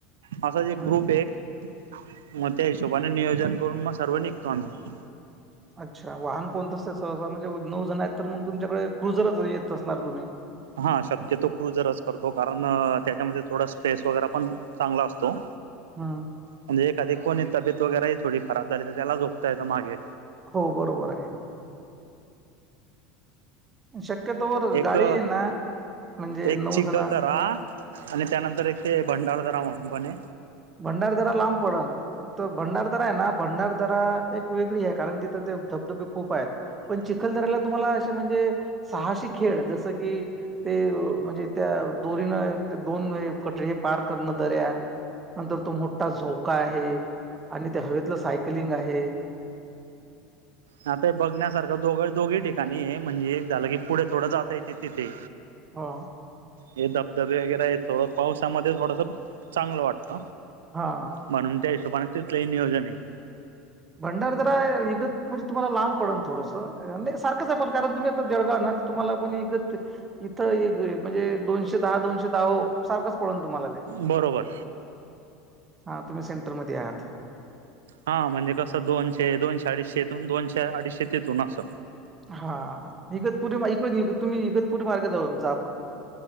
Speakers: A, on the right; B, on the right.
A: असाच एक
B: हम्म
A: ग्रुप एक म त्या हिशोबाने नियोजन करून म सर्व निघतो आम्ही.
B: अच्छा वाहन कोणतं असंत सहसा म्हणजे नऊ जण आहेत तर मग तुमच्याकडे क्रुझरच येत असणार तुम्ही
A: हा शक्यतो क्रुजरच करतो कारण त्याच्यामध्ये थोडा स्पेस वगैरा पण चांगला असतो.
B: हा
A: म्हणजे एखादी कोणी तब्येत वगैरे ही थोडी खराब झाली तर त्याला झोपता येतं मागे.
B: हो बरोबर आहे. शक्यतोवर
A: एक
B: गाडी आहे ना म्हणजे
A: एक
B: नऊ
A: चिखलदरा
B: जण हा
A: आणि त्यानंतर एक ते भंडार दारा म्हणून पण ये
B: भंडारदारा लांब पडन. तो भंडारदरा हाय ना भंडारदरा एक वेगळी ये कारण तिथं ते धबधबे खूप आहेत पण चिखलदऱ्याला तुम्हाला असे म्हणजे सहाशे खेळ जसं की, ते म्हणजे त्या दोरीनं दोन कट हे पार करणं दऱ्या नंतर तो मोठा झोका आहे आणि त्या हवेतलं सायकलिंग आहे.
A: हा ते बघण्यासारखं दोघ दोघी ठिकाणी ये म्हणजे एक झालं की पुढे थोडं जाता येते तिथे.
B: हो.
A: हे धबधबे वगैरे आहे थोडं पावसामध्ये थोडंस चांगलं वाटत.
B: हा.
A: म्हणून त्या हिशोबाने तिथलंही नियोजन ये.
B: भंडारदारा इगत म्हणजे तुम्हाला लांब पडल थोडसं नाय सारखंच ये पण कारण तुम्ही आता जळगाव नं तुम्हाला पण इगत इथं इग म्हणजे दोनशे दहा दोनशे दहा ओ सारखं पडणं तुम्हाला ते
A: बरोबर
B: हा तुम्ही सेंटरमध्ये आहात.
A: हा म्हणजे कसं दोनशे दोनशे अडीचशे इथून दोनशे अडीचशे तिथून असं
B: हा इगतपुरी एक वेळ तुम्ही इगतपुरी मार्गे जाऊ जा पण